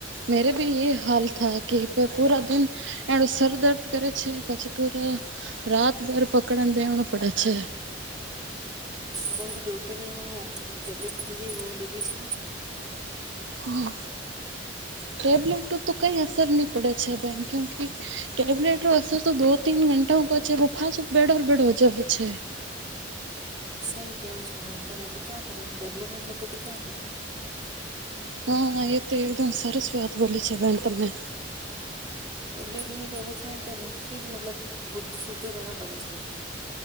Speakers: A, on the right; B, on the right.
A: મેરે ભી એ હાલ થા કે, પૂરા દિન. એડો સર દર્દ કરે છે, પછી પૂરા રાતભર પકડને બેવણો પડે છે.
B: પણ તો ડોક્ટરે ટેબ્લેટ દીધી વો લીધી છે.
A: હમ ટેબ્લેટ તો કઈ અસર નહી પડે છે બેન કયુંકી. ટેબ્લેટ રો તો અસર તો દો તીન ઘંટાઓ પાછે વો ફાસો બેડો ઉ બેડો હો જાવે છે.
B: સઈ કેવો છો, પણ ક્યાં કરે ટેબલેટ ઈ લેતો ક્યાં કરે
A: હા, એ તો એકદમ સરસ વાત બોલી છે, બેન તમે.
B: ટેબ્લેટ ની લેવે છે, તો નક્કી જ મતલબ સૂતો રહેણો પડે છે.